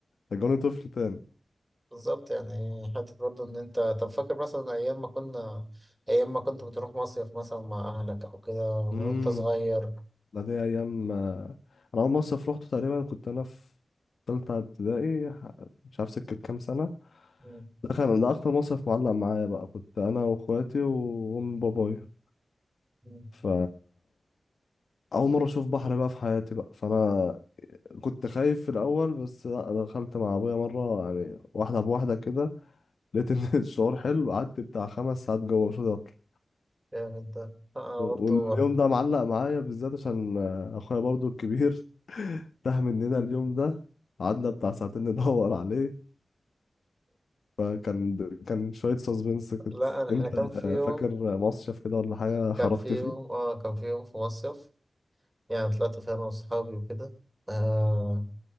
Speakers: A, on the left (about 75°); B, on the right (about 20°).
A: رجعوني طفل تاني
B: <laughs> بالظبط يعني حتى برضو ان انت طب فاكر مثلا ايام ما كنا ايام ما كنت بتروح مصيف مثلا مع اهلك او كده وانت
A: امم
B: صغير
A: ده دي أيام آه، أنا أول مصيف روحته تقريبا كنت أنا في تالتة ابتدائي ح- مش عارف سكة كام سنة
B: مم.
A: ده كان ده أكتر مصيف معلق معايا بقى كنت أنا وأخواتي وأم بابايا
B: مم.
A: ف أول مرة أشوف بحر بقى في حياتي بقى فأنا كنت خايف في الاول بس لا دخلت مع ابويا مره يعني واحده بواحده كده لقيت ان <laughs> الشعور حلو قعدت بتاع خمس ساعات جوه مش راضي اطلع
B: جامد ده انا برضو
A: واليوم ده معلق معايا بالذات عشان اخويا برضو الكبير تاه مننا اليوم ده قعدنا بتاع ساعتين ندور عليه فكان كان شويه سسبنس كده
B: لا أنا- احنا
A: انت
B: كان في يوم
A: فاكر مصيف كده ولا حاجه
B: كان
A: خرجت
B: في
A: فيه
B: يوم اه كان في يوم في مصيف يعني طلعت فيه انا واصحابي وكده آه